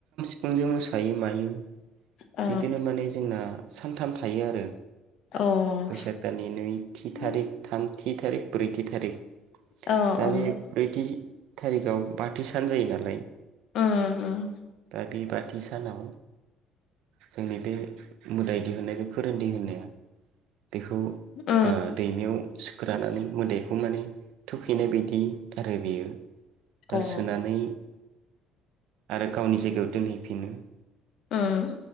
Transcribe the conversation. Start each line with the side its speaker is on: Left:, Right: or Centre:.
Right: बिखंजों मोसायो मायो
Left: औ
Right: बिदिनो माने जोंना सानथाम थायो आरो
Left: ओं
Right: बैसाग दाननि नैथि
Left: ओं
Right: थारिक
Left: औ
Right: थाम थि थारिक ब्रैथि थारिख
Left: ओं अ
Right: दा बे ब्रैथि दिन थारिखआव बाथि सान जायो नालाय
Left: उम उम
Right: दा बे बाथि सानाव जोंनि बे मोदाय दिहुननाय बे फोरोनदि दिहुननाया बेखौ
Left: उम
Right: दैमायाव गोदानानै मोदैखौ माने थुखैनाय बायदि आरो बेयो
Left: अ
Right: दा
Left: उम
Right: सोनानै आरो गावनि जायगायाव दोनहैफिनो
Left: उम